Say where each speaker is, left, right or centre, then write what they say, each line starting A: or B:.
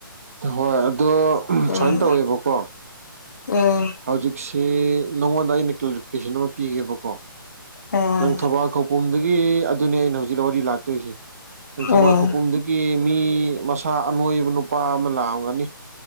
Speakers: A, on the right (about 40°); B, on the left (about 50°).
A: ꯍꯣꯏ ꯑꯗꯣ
B: ꯎꯝ
A: ꯁꯨꯃꯥꯏꯅ ꯇꯧꯋꯦꯕꯀꯣ
B: ꯎꯝ
A: ꯍꯧꯖꯤꯛꯁꯦ ꯅꯉꯣꯟꯗ ꯑꯩꯅ ꯀ꯭ꯂꯥꯔꯤꯐꯤꯀꯦꯁꯟ ꯑꯃ ꯄꯤꯒꯦꯕꯀꯣ
B: ꯎꯝ
A: ꯅꯪ ꯊꯧꯕꯥꯜ ꯈꯧꯄꯨꯝꯗꯒꯤ ꯑꯗꯨꯅꯦ ꯑꯩꯅ ꯍꯧꯖꯤꯛ ꯋꯥꯔꯤ ꯂꯥꯛꯇꯣꯏꯁꯦ ꯅꯪ ꯊꯕꯥꯜ
B: ꯎꯝ
A: ꯈꯨꯄꯨꯝꯗꯨꯒꯤ ꯃꯤ ꯃꯁꯥ ꯑꯅꯣꯏꯕ ꯅꯨꯄꯥ ꯑꯃ ꯂꯥꯛꯑꯝꯒꯅꯤ